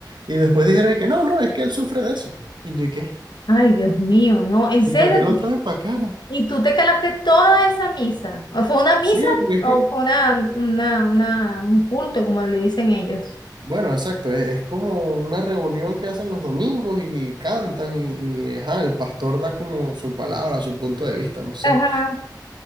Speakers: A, on the right; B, on the left.
A: Y después dijeron de que no, no, es que él sufre de eso. Y yo, ¿qué?
B: Ay, Dios mío, no, en serio,
A: ¿Y para qué lo traen para acá?
B: ¿Y tú te calaste toda esa misa? ¿O fue una misa
A: Sí, porque es
B: o
A: que,
B: fue una, una, una, un culto, como le dicen ellos?
A: bueno, exacto, es, es como una reunión que hacen los domingos y, cantan y, y, ajá, el pastor da como su palabra, su punto de vista, no sé.
B: Ajá.